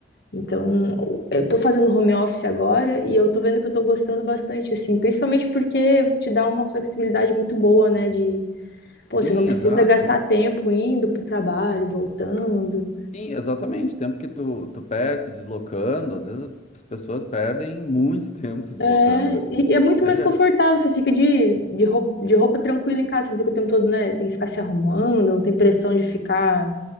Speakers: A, on the left; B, on the left.
A: Então, eu tô fazendo home office agora e eu tô vendo que eu tô gostando bastante, assim, principalmente porque te dá uma flexibilidade muito boa, né? De, pô,
B: Sim,
A: você não precisa
B: exato.
A: gastar tempo indo pro trabalho, voltando.
B: Sim, exatamente. O Tempo que tu, tu perde se deslocando, às vezes as pessoas perdem muito <laughs> tempo se deslocando,
A: É,
B: né?
A: e e é muito
B: Aí
A: mais
B: já,
A: confortável, você fica de, de roupa, de roupa tranquila em casa, você não fica o tempo todo, né? Tem que ficar se arrumando, não tem pressão de ficar